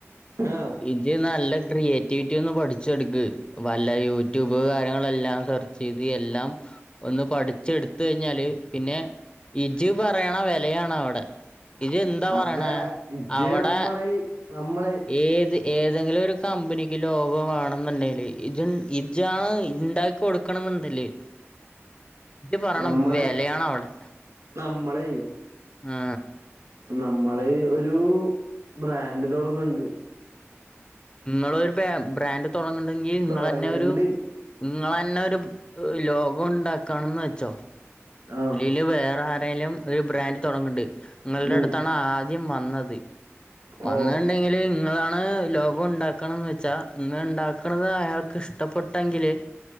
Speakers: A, on the right (about 85°); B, on the left (about 20°).
A: ആഹ്
B: ഇജ്ജ് നല്ല ക്രിയേ ഇജ്ജോന്ന് പഠിച്ചെടുക്ക്‌ വല്ല യൂറ്റൂബ് കാര്യങ്ങളെല്ലാം ഇത് എല്ലാം ഒന്ന് പഠിച്ചെടുത്തെഴിഞ്ഞാല് പിന്നെ ഇജ്ജ് പറയ്ണ വെലയാണവടെ ഇജെന്താ പറയണ്
A: അതെ ഇജ്ജ്
B: അവടെ
A: നമ്മള് നമ്മള്
B: ഏത് ഏതെങ്കിലൊരു കമ്പ്നിക്ക് ലോകോ വാണെന്നുണ്ടേല് ഇജ്ജ് ഇ ഇജാണ് ണ്ടാക്കി കൊടുക്കണന്ന്ണ്ട്ലെ? ഇജ് പറയ്ണ
A: നമ്മള്
B: വെലയാണവടെ
A: നമ്മളെ
B: ആ
A: നമ്മള് ഒരൂ ബ്രാൻഡ് തൊടങ്ങ്ണ്ട്.
B: ങ്ങളൊരു പേ ബ്രാൻന്റ് തൊടങ്ങ്ണ്ടെങ്കി
A: തൊടങ്ങ്ണ്ട്
B: ങ്ങളന്നൊരു ങ്ങളെന്നൊരു ലോകോ ണ്ടാക്കണംന്ന് വെ
A: ആഹ്
B: ലില് വേറാരേലും ഒരു ബ്രാൻന്റ് തൊഡങ്ണ്ട്. ങ്ങൾടെട്ത്താണ്
A: ഉം
B: ആദ്യം വന്നത് വന്ന്ണ്ടെങ്കില്
A: ഓ
B: ങ്ങളാണ് ലോ വുണ്ടാക്കണംന്ന് വെച്ചാ ങ്ങണ്ടാകണതയാൾക്ക് ഇഷ്ടപ്പെട്ടെങ്കില്